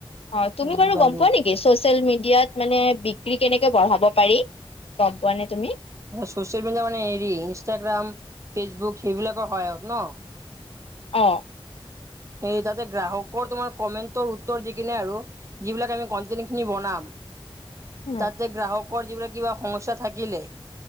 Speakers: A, on the left; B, on the right.
A: অঁ' তুমি
B: বুজি
A: বাৰু
B: পালো
A: গম পোৱা নেকি ছচিয়েল মিডিয়াত- মানে বিক্ৰী কেনেকে বঢ়াব পাৰি গম পোৱানে তুমি?
B: চচিয়েল মিডিয়া মানে হেৰি ইনষ্টাগ্ৰাম, ফেচবুক সেইবিলাকৰ সহায়ত ন'?
A: অ‌ঁ'
B: সেই তাতে গ্ৰাহকৰ তোমাৰ কমেণ্টৰ উত্তৰ দি কিনে আৰু। যিবিলাক আমি কণ্টেণ্টখিনি বনাম।
A: উম
B: তাতে গ্ৰাহকৰ যিবিলাক কিবা সমস্যা থাকিলে,